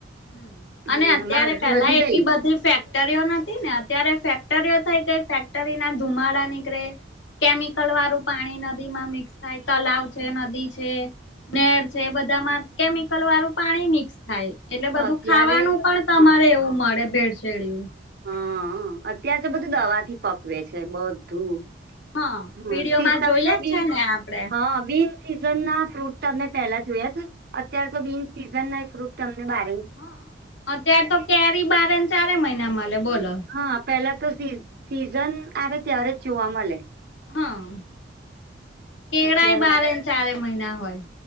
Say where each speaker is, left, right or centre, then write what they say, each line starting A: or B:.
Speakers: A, on the left; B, on the right.
A: હમ
B: હમ
A: અને અત્યારે
B: માંદગી
A: પેલા
B: વધી
A: એટલી
B: ગઈ
A: બધી ફેક ટરીઓ નથી ને અત્યારે ફેક્ટરીઓ થઈ ગઈ ફેક્ટરી ના ધુમાડા નીકળે કેમિકલ વાળું પાણી નદીમાં મિક્સ થાય તલાવ છે, નદી છે. નેર છે, એ બધામાં કેમિકલ વાળું પાણી મિક્સ થાય એટલે બધું
B: અત્યારે
A: ખાવાનું પણ તમારે
B: હ
A: એવું મળે ભેળસેડયું
B: હ અત્યારે તો બધું દવાથી પકવે છે, બધું
A: હા
B: હ
A: વિડીયોમાં
B: શીતમ
A: જોઈએ
B: ને
A: જ
B: બીજ
A: છે આપડે
B: હા બીજ સીઝન ના ફ્રૂટ તમે પેહલા જોયા છે, અત્યારે તો બીન સીઝન ના એ ફ્રૂટ તમને બા
A: હા અત્યારે તો કેરી બારે ને ચારે મહિના મલે બોલો
B: હા પેલા તો સી સીઝન આવે ત્યારે જ જોવા મલે
A: હા કેળા
B: અત્યારે
A: એ બારેન ચારે મહિના હોય